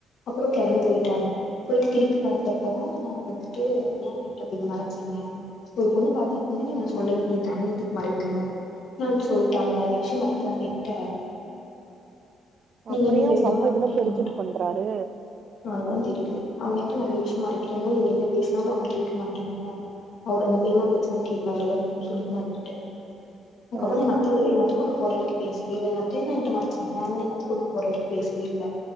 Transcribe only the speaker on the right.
ம்
அப்புற
ஏன்
உங்க அப்பா
இதெல்லா
தெரிஞ்சு இது பண்றாரு
ஆ